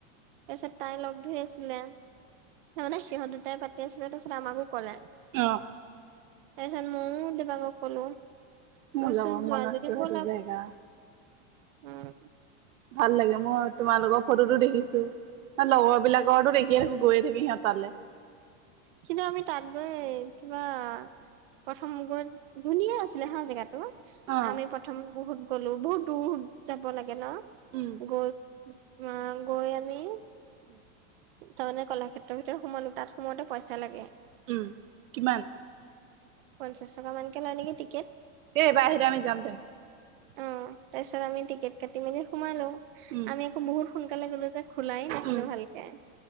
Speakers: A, on the right; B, on the right.
A: তাৰপিছত তাই লগ ধৰি আছিলে, তাৰমানানে সিহঁত দুটাই পাতি আছিলে, তাৰপিছত আমাকো ক'লে।
B: অ'।
A: তাৰপিছত ময়ো দিবাকক ক'লো। মই
B: মোৰ
A: কৈছোঁ
B: যাব মন
A: যোৱা
B: আছে
A: যদি
B: সেইটো
A: বলা,
B: জেগা
A: উম।
B: ভাল লাগে, মই তোমালোকৰ ৰ ফটোটো দেখিছোঁ। লগৰ বিলাকৰতো দেখিয়ে থাকোঁ, গৈয়ে থাকে সিহঁত তালে।
A: কিন্তু আমি তাত গৈ কিবা প্ৰথম গৈ, ধুনীয়া আছিলে হা, জেগাটো।
B: অ
A: আমি প্ৰথমে বহুত গ'লো, বহুত দূৰত যাব লাগে ন'?
B: উম।
A: গৈ তুমা গৈ আমি
B: উম।
A: তাৰমানে কলাক্ষেত্ৰৰ ভিতৰত সোমালোঁ, তাত সোমালে পইচা লাগে।
B: উম, কিমান?
A: পঞ্চাশ টকা মানকে লয় নেকি টিকেট।
B: এ, এইবাৰ আহিলে আমি যাম দে।
A: অ' তাৰপিছত আমি টিকেট কাটি মেলি সোমালোঁ,
B: উম
A: আমি বহুত সোনকালে গ'লো যে খোলাই নাছিলে
B: উম
A: ভালকে।